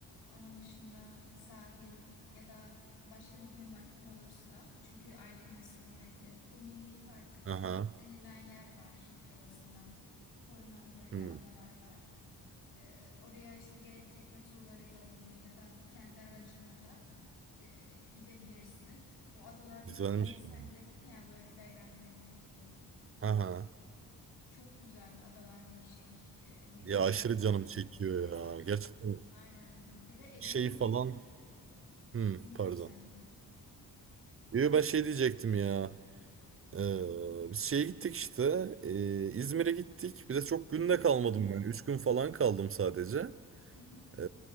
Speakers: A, on the left; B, on the right.
A: onun dışında sahil ya da başka bir gün vaktin olursa, çünkü aynı güne sığmayabilir. Bu Milli Park
B: Aha.
A: denilen yer var Kuşadası'nda. Korunan böyle
B: Hmm.
A: adalar var. E, oraya işte gerek tekne turlarıyla olabilir ya da kendi aracınla da e, gidebilirsin. O adalardaki
B: Güzelmiş
A: deniz
B: yani.
A: hani dedin ya böyle berrak deniz diye.
B: Aha.
A: Çok güzel adalardaki şey, e, Milli
B: Ya
A: Park'ın
B: aşırı canım
A: içerisindeki
B: çekiyor
A: koylar.
B: ya. Gerçekten
A: Aynen. Bir de Ege'nin
B: Şey falan.
A: denizi
B: Hmm,
A: dinliyorum
B: pardon.
A: seni.
B: Yo, ben şey diyecektim ya. Ee, biz şeye gittik işte. ee, İzmir'e gittik. Bir de çok günde
A: Hı hı.
B: kalmadım ben. Üç gün falan kaldım sadece.
A: Hı hı.
B: Ee,